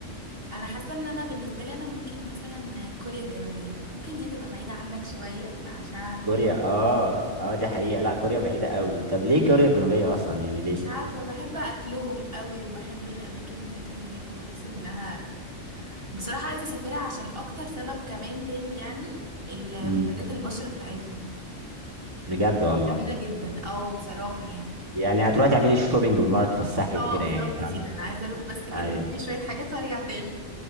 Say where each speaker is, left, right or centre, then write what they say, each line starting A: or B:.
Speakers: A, on the right (about 45°); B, on the right (about 15°).
A: انا حاسه ان انا بالنسبه لي انا ممكن مثلا كوريا الجنوبيه ممكن دي تبقى بعيده عنك شويه عشان عارفه
B: كوريا اه اه دي حقيقة لا كوريا بعيدة قوي طب ليه كوريا الجنوبية اصلا يعني ليه
A: مش عارفه بحب اكلهم قوي وبحب الاماكن بتاعتهم هناك وبحس انها بصراحه عايزه اسافرها عشان اكتر سبب كمان تاني يعني المنتجات
B: امم
A: البشره بتاعتهم
B: بجد والله
A: جميله جدا او بصراحه يعني
B: يعني هتروحي تعملي شوبينج بالمرة تفسحي
A: اه
B: وكده
A: بالظبط
B: يعني فاهم
A: كده انا عايزه اروح بس كده
B: ايوه
A: اشتري شويه حاجات وارجع تاني